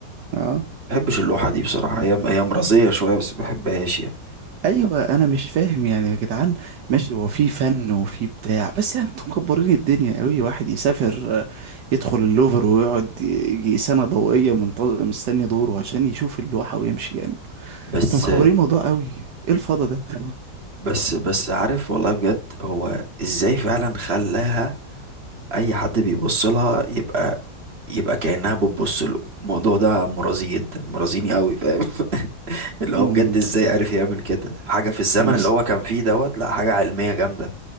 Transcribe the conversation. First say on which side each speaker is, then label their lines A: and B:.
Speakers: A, on the right; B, on the right.
A: اه
B: مبحبش اللوحة دي بصراحة هي هي مرضية شوية بس مبحبهاش يعني
A: ايوه انا مش فاهم يعني يا جدعان ماشي هو في فن وفي بتاع بس يعني انتوا مكبرين الدنيا قوي واحد يسافر آه، يدخل اللوفر ويقعد يجي سنة ضوئية منتظر مستني دوره عشان يشوف اللوحة ويمشي يعني
B: بس
A: انتوا مكبرين الموضوع قوي ايه الفضا ده <laughs>
B: بس بس عارف والله بجد هو ازاي فعلا خلاها اي حد بيبص لها يبقى يبقى كأنها بتبص له الموضوع ده مرازي جدا مرازيني قوي فاهم <laughs> اللي
A: مم،
B: هو بجد ازاي عارف يعمل كده حاجة في الزمن
A: المس
B: اللي هو كان فيه دوت لا حاجة علمية جامدة